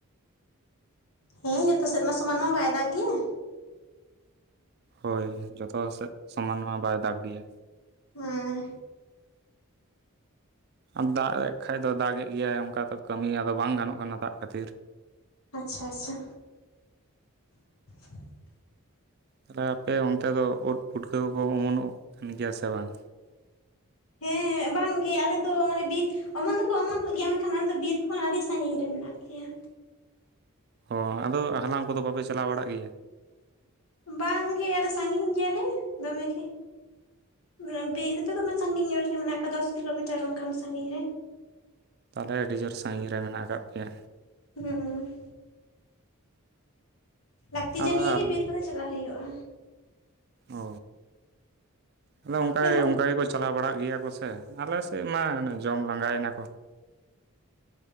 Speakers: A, on the left (about 70°); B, on the right (about 45°).
A: ᱦᱮᱸ ᱡᱚᱛᱚ ᱥᱮᱫ ᱢᱟ ᱥᱚᱢᱟᱱ ᱢᱟ ᱵᱟᱭ ᱫᱟᱜ ᱜᱮᱭᱟ᱾
B: ᱦᱳᱭ ᱡᱚᱛᱚ ᱥᱮᱫ ᱥᱚᱢᱟᱱ ᱢᱟ ᱵᱟᱭ ᱫᱟᱜ ᱜᱮᱭᱟ᱾
A: ᱦᱮᱸ᱾
B: ᱟᱨ ᱫᱟᱜ ᱮᱫ ᱠᱷᱟ ᱫᱚ ᱫᱟᱜ ᱮᱫ ᱜᱮᱭᱟᱭ ᱚᱱᱠᱟ ᱛᱚ ᱠᱟᱹᱢᱤ ᱟᱫᱚ ᱵᱟᱝ ᱜᱟᱱᱚᱜ ᱠᱟᱱᱟ ᱫᱟᱜ ᱠᱷᱟᱹᱛᱤᱨ᱾
A: ᱟᱪᱪᱷᱟ ᱟᱪᱪᱷᱟ᱾ <unintelligible>
B: ᱛᱟᱦᱚᱞᱮ ᱟᱯᱮ ᱚᱱᱛᱮ ᱫᱚ ᱳᱫᱽ ᱯᱩᱴᱠᱟᱹ ᱠᱚᱠᱚ ᱚᱢᱚᱱᱚᱜ ᱠᱟᱱ ᱜᱮᱭᱟ ᱥᱮ ᱵᱟᱝ?
A: ᱦᱮᱸ ᱵᱟᱝᱜᱮ ᱟᱞᱮ ᱫᱚ ᱢᱟᱱᱮ ᱵᱤ ᱚᱢᱚᱱ ᱫᱚᱠᱚ ᱚᱢᱚᱱᱚᱜ ᱜᱮᱭᱟ, ᱢᱮᱱᱠᱷᱟᱱ ᱟᱞᱮ ᱫᱚ ᱵᱤᱨ ᱠᱷᱚᱱ ᱟᱹᱰᱤ ᱥᱟᱺᱜᱤᱧ ᱨᱮ ᱢᱮᱱᱟᱜ ᱞᱮᱭᱟ᱾
B: ᱚ ᱟᱫᱚ ᱦᱟᱞᱟᱝ ᱠᱚᱫᱚ ᱵᱟᱯᱮ ᱪᱟᱞᱟᱣ ᱵᱟᱲᱟᱜ ᱜᱮᱭᱟ?
A: ᱵᱟᱝ ᱜᱮ ᱟᱫᱚ ᱥᱟᱺᱜᱤᱧ ᱜᱮᱭᱟ ᱞᱮ ᱫᱚᱢᱮ ᱜᱮ᱾ ᱢᱟᱱᱮ ᱵᱤᱨ ᱨᱮᱫᱚ ᱫᱚᱢᱮ ᱥᱟᱺᱜᱤᱧ ᱧᱚᱜ ᱨᱮᱜᱮ ᱢᱮᱱᱟᱜ ᱠᱟᱫᱟ ᱫᱚᱥ ᱠᱤᱞᱳᱢᱤᱴᱟᱨ ᱚᱱᱠᱟᱱ ᱥᱟᱺᱜᱤᱧ ᱨᱮ᱾
B: ᱛᱟᱦᱚᱞᱮ ᱟᱹᱰᱤ ᱡᱳᱨ ᱥᱟᱺᱜᱤᱧ ᱨᱮ ᱢᱮᱱᱟᱜ ᱟᱠᱟᱫ ᱯᱮᱭᱟ᱾
A: ᱦᱩᱸ᱾ ᱞᱟᱹᱠᱛᱤ
B: ᱟᱨ
A: ᱡᱟᱹᱱᱤᱭᱟᱹ ᱜᱮ ᱵᱤᱨ ᱠᱚᱫᱚ ᱪᱟᱞᱟᱜ ᱦᱩᱭᱩᱜᱼᱟ᱾
B: ᱚ ᱟᱫᱚ ᱚᱱᱠᱟ
A: ᱟᱯᱮ ᱫᱚ
B: ᱚᱱᱠᱟ ᱜᱮᱠᱚ ᱪᱟᱞᱟᱣ ᱵᱟᱲᱟᱜ ᱜᱮᱭᱟ ᱠᱚ ᱥᱮ ᱟᱞᱮ ᱥᱮᱫ ᱢᱟ ᱡᱚᱢ ᱞᱟᱸᱜᱟᱭᱮᱱᱟ ᱠᱚ᱾